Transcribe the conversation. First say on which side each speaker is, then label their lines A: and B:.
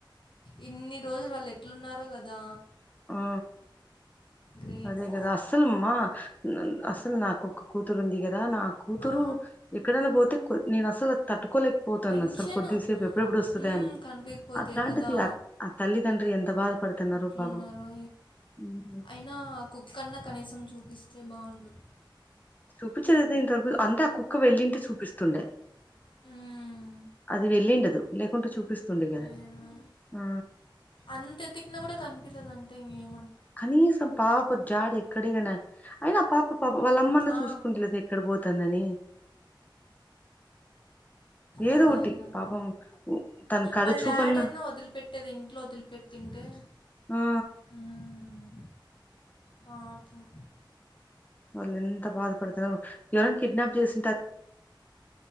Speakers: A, on the left (about 75°); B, on the left (about 20°).
A: ఇన్ని రోజులు వాళ్ళు ఎట్లున్నారో కదా
B: ఆ
A: గ్రేట్.
B: అదే కదా అస్సలు అమ్మా న అసలు నాకు కూతురు ఉందిగద దా నా కూతురు
A: ఆ!
B: ఎక్కడైనా పోతే కొ నేను అసలు తట్టుకోలేకపోతాను
A: టెన్షను.
B: అసలు కొద్దిసేపు ఎప్పుడెప్పుడు ఇప్పుడు వస్తుందన్
A: హ్మ్. కనిపీయకపోతే
B: అట్లాంటిది
A: కదా!
B: ఆ తల్లిదండ్రి ఎంత బాధపడుతున్నారు
A: ఎట్లున్నారో
B: పాపం ఉ
A: అయినా కుక్కన్నా కనీసం చూపిస్తే బావుండు
B: చూపించ లేదే ఇంతవరకు అంత అ కుక్క వెళ్ళింటి చూపిస్తుండే
A: ఆ
B: అది వెళ్ళిండదు లేకకుంటే చూపిస్తుండే కదా
A: ఏమో!
B: ఆ
A: అంత ఎతికినా కూడా కనిపలేదుంటే ఇంకేం
B: కనీసం పాప జాడు ఇక్కడగానే అయినా పాప పాపం వాళ్ళమ్మన్నా
A: ఆ!
B: చూసుకుంటలేదు ఎక్కడ పోతుందని ఏదో
A: అదే
B: ఒటి
A: గదా!
B: పాపం ఉ తన కడ
A: వాళ్ళ
B: చూపన్నా
A: డాడీ అన్న వదిలిపెట్టేది ఇంట్లో వదిలిపెట్టింటే
B: ఆ
A: మ్ పాపం
B: వాళ్లు ఎంత బాధపడుతురు ఎవరన్న కిడ్నాప్ చేసి